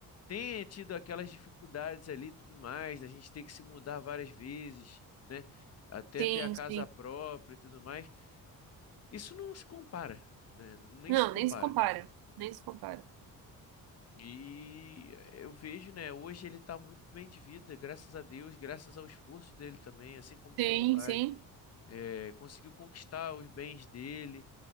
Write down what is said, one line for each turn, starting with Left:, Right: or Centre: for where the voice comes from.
Left: tenha tido aquelas dificuldades ali e tudo mais, a gente ter que se mudar várias vezes, né? Até
Right: sim,
Left: ter a casa
Right: sim.
Left: própria e tudo mais. Isso não se compara, né? Nem
Right: Não,
Left: se compara.
Right: nem se compara. Nem se compara.
Left: E eu vejo, né? Hoje ele está muito bem de vida, graças a Deus, graças ao esforço dele também, assim como seu
Right: Sim,
Left: pai,
Right: sim.
Left: eh, conseguiu conquistar os bens dele.